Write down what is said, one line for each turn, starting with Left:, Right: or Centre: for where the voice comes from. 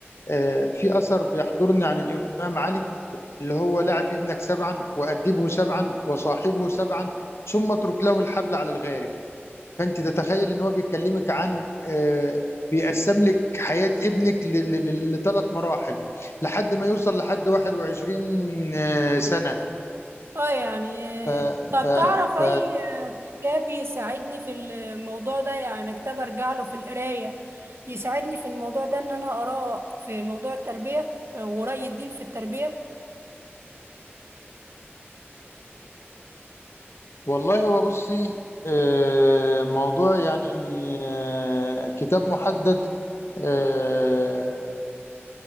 Left: آه، في اثر بيحضرني عن الامام علي اللي هو لعب ابنك سبعا وادبه سبعا وصاحبه سبعا ثم اترك له الحبل على الغارب فانت تتخيل ان هو بيكلمك عن آه، بيقسم لك حياه ابنك لثلاث مراحل لحد ما يوصل لحد 21 سنه
Right: اه يعني
Left: ف
Right: آه، طب
Left: ف
Right: تعرف
Left: ف
Right: اي آه، كتاب يساعدني في الموضوع ده يعني كتاب ارجع له في القراية يساعدني في الموضوع ده ان انا اقراه في موضوع التربية ورأي الدين في التربية
Left: والله هو بصي آه، موضوع يعني آه، كتاب محدد آه،